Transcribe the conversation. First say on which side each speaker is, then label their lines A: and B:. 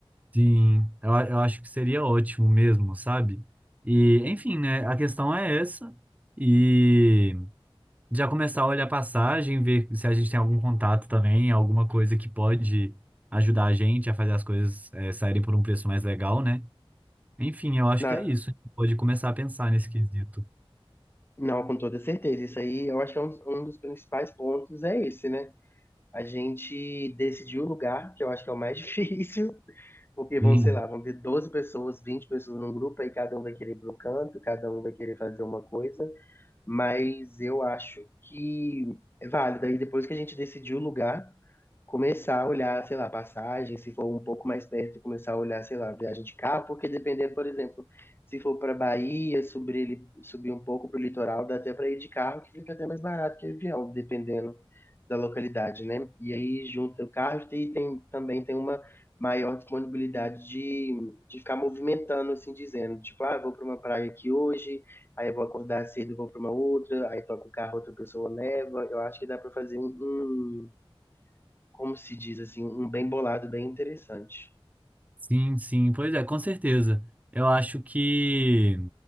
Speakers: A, on the right; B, on the left.
A: Sim, eu, a- eu acho que seria ótimo mesmo, sabe? E, enfim, né? A questão é essa. E já começar a olhar a passagem, ver se a gente tem algum contato também, alguma coisa que pode ajudar a gente a fazer as coisas, eh, saírem por um preço mais legal, né? Enfim, eu acho
B: Na,
A: que é isso. A gente pode começar a pensar nesse quesito.
B: Não, com toda certeza. Isso aí, eu acho que é um, um dos principais pontos é esse, né? A gente decidir o lugar, que eu acho que é o mais <laughs> difícil, porque vão,
A: Sim.
B: sei lá, vão ter 12 pessoas, 20 pessoas num grupo, aí cada um vai querer ir para um canto, cada um vai querer fazer uma coisa, mas eu acho que é válido. Aí depois que a gente decidir o lugar, começar a olhar, sei lá, passagem, se for um pouco mais perto, começar a olhar, sei lá, viagem de carro, porque dependendo, por exemplo, se for para Bahia, subir, ele- subir um pouco para o litoral, dá até para ir de carro, que fica até mais barato que avião, dependendo da localidade, né? E aí junta o carro e tem, também tem uma maior disponibilidade de, de ficar movimentando, assim dizendo, tipo, ah, vou para uma praia aqui hoje, aí eu vou acordar cedo, vou para uma outra, aí toca o carro, outra pessoa leva. Eu acho que dá para fazer um, um como se diz assim, um bem bolado, bem interessante.
A: Sim, sim, pois é, com certeza. Eu acho que,